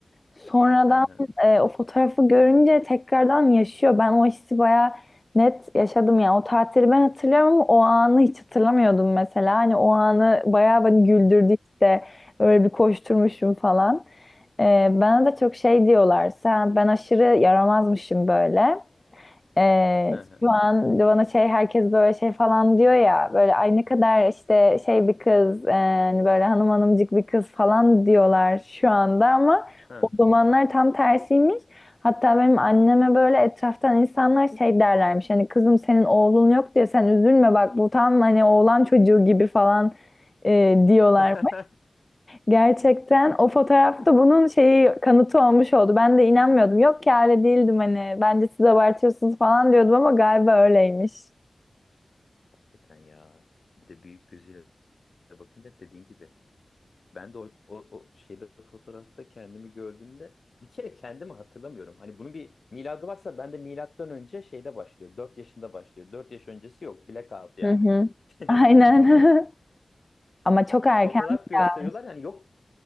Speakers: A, on the left; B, on the left.
A: Sonradan
B: Hı hı
A: e, o fotoğrafı görünce tekrardan yaşıyor. Ben o hissi bayağı net yaşadım yani. O tatili ben hatırlıyorum ama o anı hiç hatırlamıyordum mesela. Hani o anı bayağı beni güldürdü işte. Öyle bir koşturmuşum falan. E, bana da çok şey diyorlar. Sen ben aşırı yaramazmışım böyle. Ee,
B: hı hı.
A: şu an bana şey herkes böyle şey falan diyor ya böyle ay ne kadar işte şey bir kız e, hani böyle hanım hanımcık bir kız falan diyorlar şu anda ama
B: hı
A: o
B: hı.
A: zamanlar tam tersiymiş. Hatta benim anneme böyle etraftan insanlar şey derlermiş hani kızım senin oğlun yok diye sen üzülme bak bu tam hani oğlan çocuğu gibi falan e, diyorlar.
B: <laughs>
A: Gerçekten o fotoğrafta bunun şeyi kanıtı olmuş oldu. Ben de inanmıyordum. Yok ki öyle değildim hani. Bence siz abartıyorsunuz falan diyordum ama galiba öyleymiş.
B: Eten ya. Bir de büyük gözüyle bakınca dediğin gibi Ben de o, o, o şeyde fotoğrafta kendimi gördüğümde bir kere kendimi hatırlamıyorum. Hani bunun bir miladı varsa ben de milattan önce şeyde başlıyor. 4 yaşında başlıyor. 4 yaş öncesi yok. Blackout yani.
A: Hı hı.
B: <laughs>
A: Aynen. <laughs> Ama çok erken
B: Fotoğraf gösteriyorlar
A: ya.
B: yani yok